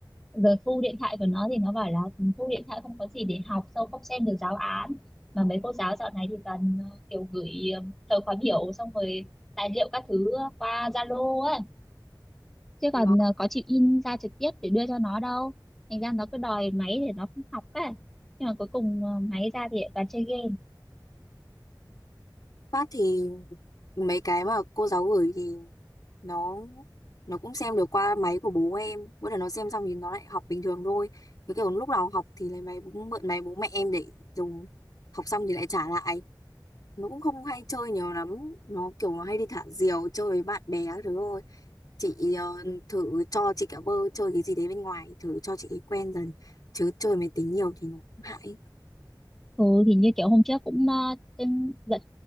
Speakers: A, in the centre; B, on the left.
A: rồi thu điện thoại của nó thì nó bảo là thu điện thoại không có gì để học sao không xem được giáo án mà mấy cô giáo dạo này thì toàn ờ, kiểu gửi ờ, thời khóa biểu xong rồi tài liệu các thứ qua Zalo á chứ
B: Vâng.
A: còn ờ, có chịu in ra trực tiếp để đưa cho nó đâu thành ra nó cứ đòi máy để nó không học á nhưng mà cuối cùng ờ, máy ra thì lại toàn chơi game
B: Phát thì mấy cái mà cô giáo gửi thì nó nó cũng xem được qua máy của bố em bữa nào nó xem xong thì nó lại học bình thường thôi cái kiểu lúc nào học thì lấy máy bố mượn máy bố mẹ em để dùng học xong thì lại trả lại nó cũng không hay chơi nhiều lắm nó kiểu nó hay đi thả diều chơi với bạn bè các thứ thôi chị ờ, thử cho chị cả bơ chơi cái gì đấy bên ngoài thử cho chị quen dần chứ chơi máy tính nhiều thì nó cũng hại
A: ừ thì như kiểu hôm trước cũng uh, trên dẫn